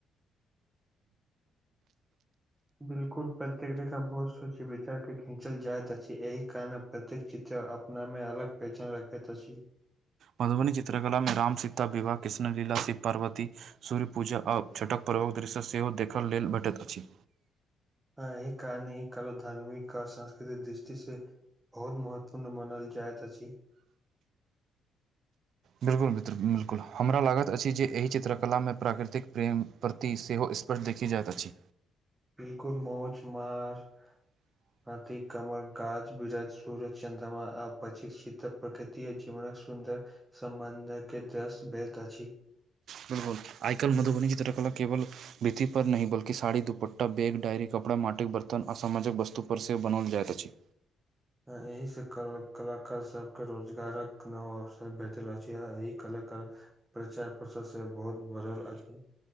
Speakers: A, on the right; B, on the right.
A: बिलकुल प्रत्येक रेखा बहुत सोची विचार के विचार जाइत छै एहि कारण प्रत्येक चित्र अपना मे अलग पहचान रखैत अछि।
B: मधुबनी चित्रकला मे राम सीता विवाह कृष्ण लीला शिव पार्वती सूर्य पूजा आ छठक पर्व दृश्य सेहो देखय लेल भेटैत अछि।
A: <unintelligible> कला धार्मिक आर सांस्कृतिक दृष्टि से बहुत महत्वपूर्ण मानल जायत अछि।
B: बिल्कुल मित्र बिल्कुल हमरा लागैत अछि जे एहि चित्रकलामे प्राकृतिक प्रेम। प्रति सेहो इसपर देखी जाइत अछि
A: बिल्कुल मौछ मार
B: <inaudible>
A: हाथी कमर गाछ विरक्ष सूरज चन्द्रमा आ पशिक्षितक प्रकृति जीवनक सुन्दर संमंनधक के जस बेत अछि
B: बिल्कुल आइ काल मधुबनी <unintelligible> केवल बिथि पर नहि बल्कि साड़ी दुपट्टा बैग डायरी कपड़ा माटिक बर्तन असामाजिक वस्तु पर सेहो बनाओल जाइत अछि
A: एहिसँ क कलाकार सबके रोजगारक नव अवसर भेटल अछि आ एहि कलाकार प्रचार प्रसार से बहुत भरल अछि